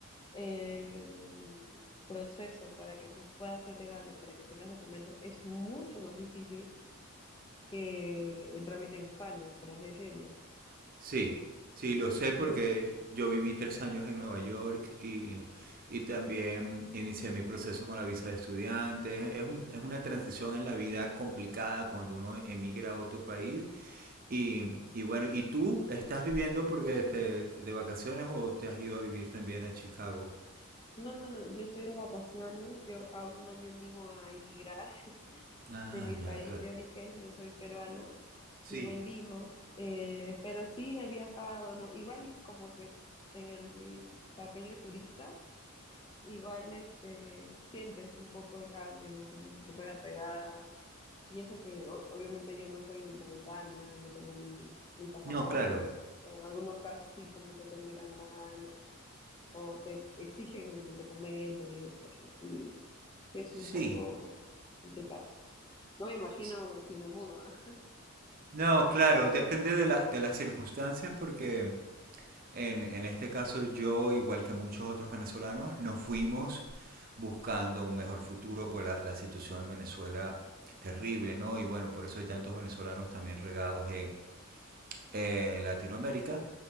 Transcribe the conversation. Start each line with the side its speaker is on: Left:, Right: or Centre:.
Left: el proceso para que tú puedas ser legal o para que tengas documentos es mucho más difícil que el trámite en España, por así decirlo,
Right: Sí, sí, lo sé porque
Left: ¿no?
Right: yo viví tres años en Nueva York y, y también inicié mi proceso con la visa de estudiante. Es un- es una transición en la vida complicada cuando uno emigra a otro país Y, y bueno, ¿y tú estás viviendo porque te, de vacaciones o te has ido a vivir también a Chicago?
Left: No, no, no, yo estoy de vacaciones, yo aún no me animo a emigrar <laughs>
Right: Ah,
Left: de mi
Right: ya,
Left: país
Right: claro.
Left: de origen, yo soy peruana,
Right: Sí.
Left: vivo en Lima, eh, pero sí he viajado, ¿no? Igual es como que en el papel de turista, igual este, sientes un poco el cambio, ¿no? Sientes un poco la pegada. Y eso que o- obviamente yo no soy documentada ni nada, yo tengo mi, mi pasaporte,
Right: No, claro.
Left: ¿no? En algunos casos sí, como que te miran mal o te exigen un documento y eso, o sea, sí, sí es
Right: Sí.
Left: un poco complicado. No me imagino
Right: S-
Left: si me mudo, ¿ah?
Right: No, claro, depende de la, de las circunstancias porque en, en este caso yo, igual que muchos otros venezolanos, nos fuimos buscando un mejor futuro, por la, la situación en Venezuela terrible, ¿no? Y bueno, por eso hay tantos venezolanos también regados en, en Latinoamérica.